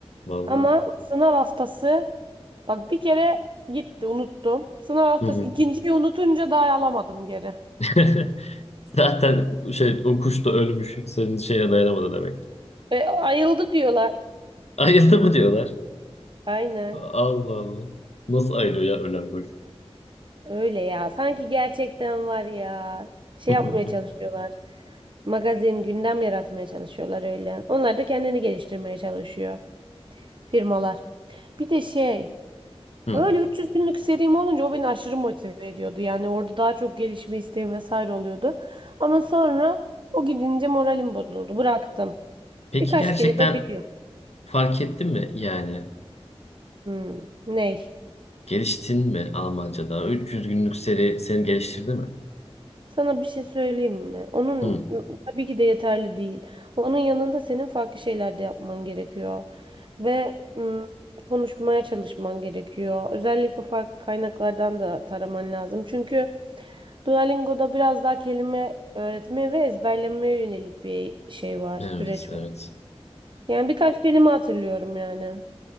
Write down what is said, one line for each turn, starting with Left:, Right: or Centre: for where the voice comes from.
Left: Vallahi.
Right: Ama sınav haftası bak bir kere gitti unuttum. Sınav haftası
Left: Hı hı.
Right: ikinciyi unutunca daha alamadım geri.
Left: <laughs> Zaten şey o kuş da ölmüş. Senin şeyine dayanamadı demek.
Right: E, ayıldı diyorlar.
Left: Ayıldı
Right: <laughs>
Left: mı diyorlar.
Right: Aynen
Left: Allah Allah. Nasıl ayılıyor ya ölen kuş?
Right: öyle ya. Sanki gerçekten var ya. Şey
Left: <laughs>
Right: yapmaya çalışıyorlar. Magazin, gündem yaratmaya çalışıyorlar öyle. Onlar da kendini geliştirmeye çalışıyor firmalar. Bir de şey
Left: Hı.
Right: Öyle 300 günlük serim olunca o beni aşırı motive ediyordu. Yani orada daha çok gelişme isteğim vesaire oluyordu. Ama sonra o gidince moralim bozuldu. Bıraktım.
Left: Peki
Right: Birkaç
Left: gerçekten
Right: kelime biliyorum.
Left: fark ettin mi yani?
Right: Hmm, ney?
Left: Geliştin mi Almanca'da? 300 günlük seri seni geliştirdi mi?
Right: Sana bir şey söyleyeyim mi? Onun
Left: Hı.
Right: tabii ki de yeterli değil. Onun yanında senin farklı şeyler de yapman gerekiyor. Ve hmm, konuşmaya çalışman gerekiyor. Özellikle farklı kaynaklardan da taraman lazım. Çünkü Duolingo'da biraz daha kelime öğretmeye ve ezberlemeye yönelik bir şey var,
Left: Evet,
Right: süreç
Left: evet.
Right: var. Yani birkaç kelime hatırlıyorum yani.